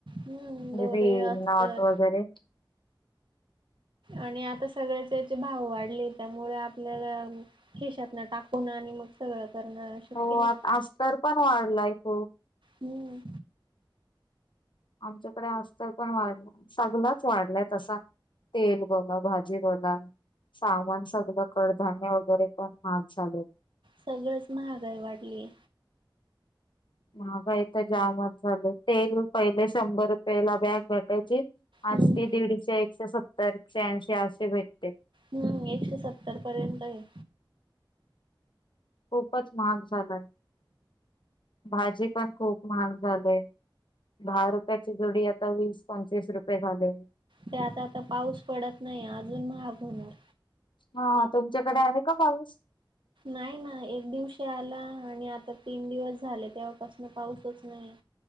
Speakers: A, on the right; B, on the left.
A: हम्म दोरे
B: रिबीन,
A: अस्तर
B: नॉट वगैरे
A: आणि आता सगळ्याचे हेचे भाव वाढले त्यामुळे आपल्याला खीशातन टाकून आणि मग सगळं करणं शक्य
B: हो
A: नाही.
B: आता अस्तर पण वाढलाय खूप
A: हम
B: आमच्याकडे अस्तर पण वाढलं सगळंच वाढलाय तसा तेल बोला भाजी बोला सामान सगळं कडधान्य वगैरे पण महाग झालेत
A: सगळच महागाई वाढलीय
B: महागाई तर जामच झालीय तेल पहिले शंभर रूपयेला बॅग भेटा यची आज
A: हम्म.
B: ती दीडशे, एकशे सत्तर, एकशे ऐंशी अशीे भेटते
A: हम एकशे सत्तर पर्यंत आहे
B: खूपच महाग झालय, भाजी पण खूप महाग झालय दहा रुपयाची जुडी आता वीस पंचवीस रुपये झालीय
A: त्यात आता पाऊस पडत नाही अजून महाग होणार
B: हा तुमच्याकडे आहे का पाऊस
A: नाही ना एक दिवशी आला आणि आता तीन दिवस झाले तेव्हापासन पाऊसच नाय